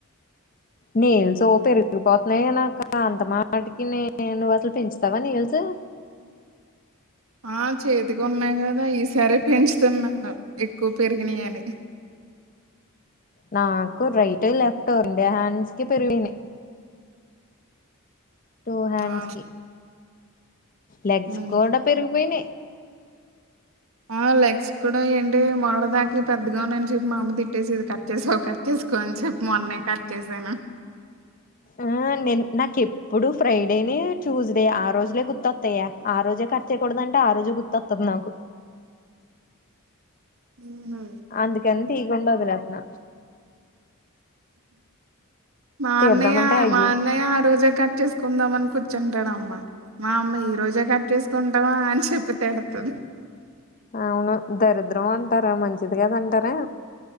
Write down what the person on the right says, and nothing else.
ఆ చేతికి ఉన్నాయి కదా ఈ సారి పెంచుతున్నాను ఎక్కువ పెరిగినయి అని
ఆ
అవును.
ఆ లెగ్స్ కూడ ఏంటి మొర దాకి పెద్దగా ఉన్నాయని చెప్పి మా అమ్మ తిట్టేసిది కట్ చేసుకో కట్ చేసుకో అని చెప్పి మొన్నే కట్ చేశాను
మ్మ్ హు
మా
అన్నయ్య
మా అన్నయ ఆ రోజా కట్చెస్ కుందాం అని కూర్చుంటాడు అమ్మ మా అమ్మ ఈ రోజే కట్ చెస్ తుంటావా అన్ చెప్పి తిడతది